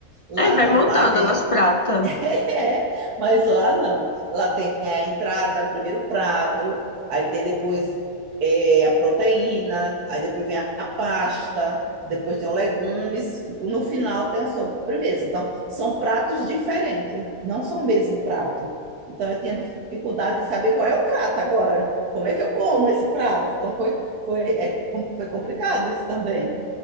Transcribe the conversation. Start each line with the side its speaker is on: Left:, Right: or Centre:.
Right: Lá
Left: É, vai
Right: não,
Left: mudando
Right: lá tem
Left: o nosso prato.
Right: <laughs> É, mas lá não. Lá tem a entrada, primeiro o prato, aí tem depois é, a proteína, aí depois vem a pasta, depois tem os legumes, e no final tem a sobremesa. Então, são pratos diferentes, não são o mesmo prato. Então, eu tinha dificuldade de saber qual é o prato agora. Como é que eu como esse prato? Então, foi, foi, é, foi complicado isso também.